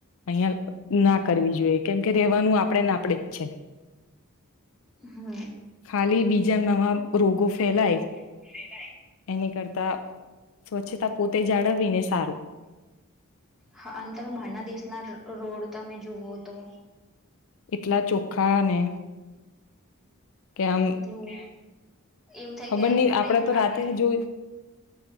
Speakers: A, on the left; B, in the centre.
A: અહિયાં ના કરવી જોઈએ કેમ કે રેવાનું આપણેેને આપડે જ છે. <inaudible>
B: હા.
A: ખાલી બીજા નવા રોગો ફેલાય
B: <unintelligible>
A: એની કરતા સ્વચ્છતા પોતે જાળવવીને સારું.
B: હા અંતર બહારના દેશના રોડ તમે જુવો તો
A: એટલા ચોખ્ખા ને કે આમ
B: એટલું એવું થાય
A: ખબર
B: કે
A: નહી
B: આપણે
A: આપડે તો
B: આપણે
A: રાતે જોય